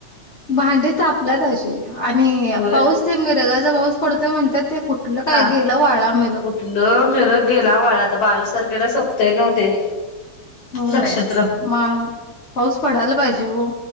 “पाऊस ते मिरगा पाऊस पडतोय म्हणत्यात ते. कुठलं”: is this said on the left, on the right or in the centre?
Left